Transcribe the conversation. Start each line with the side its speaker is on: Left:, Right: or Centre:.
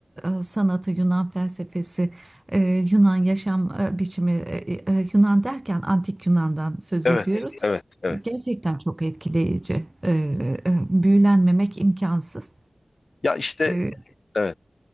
Right: eee, sanatı, Yunan felsefesi, eee, Yunan yaşam eee, biçimi, eee, eee, Yunan derken antik Yunan'dan söz
Left: Evet,
Right: ediyoruz.
Left: evet, evet.
Right: E, Gerçekten çok etkileyici. Eee, eee, büyülenmemek imkansız.
Left: Ya işte
Right: Eee,
Left: evet.